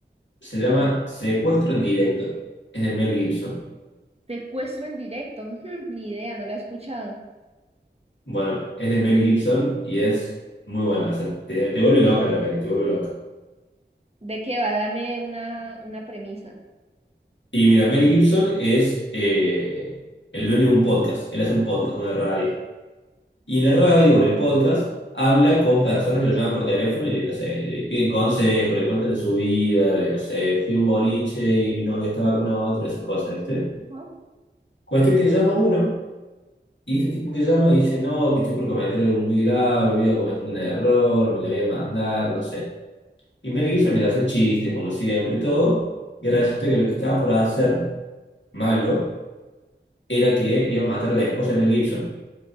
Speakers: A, on the left; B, on the right.
A: Se llama Secuestro en directo. Es de Mel Gibson.
B: Secuestro en directo, <laughs> hmm, ni idea, no la he escuchado.
A: Bueno, es de Mel Gibson y es muy buena. O sea, te, te vuelve loca la peli, te vuelve loca.
B: ¿De qué va? Dame una, una premisa.
A: Y mira, Mel Gibson es eh, el dueño de un podcast. Él hace un podcast, una radio. Y en la radio o en el podcast habla con personas que lo llaman por teléfono y le, no sé, le piden consejos, le cuentan de su vida, de, no sé, fui a un boliche y mi novia estaba con otro, esas cosas, ¿viste?
B: Ajá.
A: Cuestión que llama uno y este tipo que llama y dice, no, que estoy por cometer algo muy grave, voy a cometer un error, me la voy a mandar, no sé. Y Mel Gibson empieza a hacer chistes, como siempre y todo, y resulta que lo que estaba por hacer, malo, era que iba a matar a la esposa de Mel Gibson.